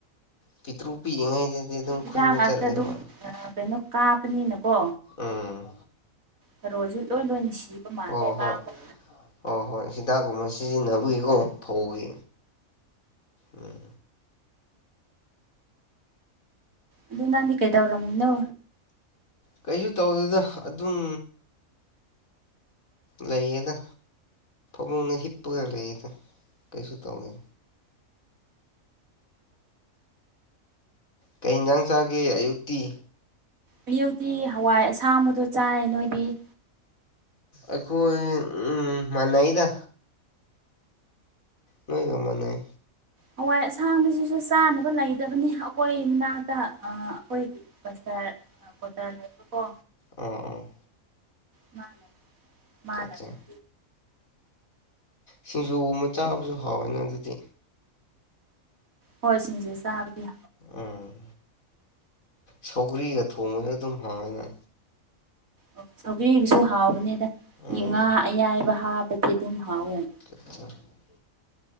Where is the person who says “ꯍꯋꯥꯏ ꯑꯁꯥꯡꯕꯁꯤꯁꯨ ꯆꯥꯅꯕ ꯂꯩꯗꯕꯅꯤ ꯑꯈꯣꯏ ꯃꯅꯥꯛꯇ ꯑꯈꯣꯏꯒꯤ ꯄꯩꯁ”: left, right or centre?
Right